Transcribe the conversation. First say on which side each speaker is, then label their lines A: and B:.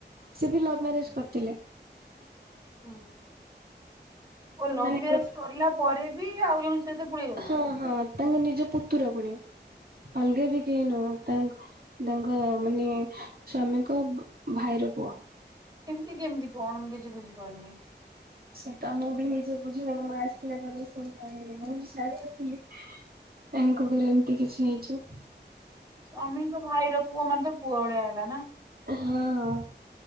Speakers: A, on the right; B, on the right.
A: ସେ ବି
B: ଆଚ୍ଛା
A: ଲଭ୍ ମ୍ୟାରେଜ
B: ଆଚ୍ଛା
A: କରିଥିଲେ
B: ହୁଁ। <inaudible> ଓ ଲଭ୍
A: ମାନେ
B: ମ୍ୟାରେଜ
A: ଗୋ
B: କରିଲା ପରେ ବି ଆଉ ଜଣକ ସହିତ ପଳେଇଗଲେ।
A: ହଁ ହଁ ତାଙ୍କ ନିଜ ପୁତୁରା ପୁଣି ଅଲଗା ବି କେହି ନୁହଁ ତାଙ୍କ ତାଙ୍କ ମାନେ ସ୍ଵାମୀଙ୍କ ଭାଇର ପୁଅ।
B: ଏମିତି କେମିତି କଣ ମୁଁ କିଛି ବୁଝିପାରୁନି।
A: ସେଟା ମୁଁ ବି ନିଜେ ବୁଝିବନି ମୁଁ ଆସିିଲା ପରେ ସବୁ ଜାଣିଲି ମୁଁ ବି ଜାଣିନଥିଲି। ତାଙ୍କ ଘ ଏମିତି କିଛି ହେଇଛି।
B: ସ୍ୱାମୀଙ୍କ ଭାଇର ପୁଅ ମାନେ ତ ପୁଅ ଭଳିଆ ହେଲା ନା।
A: ହଁ ହଁ।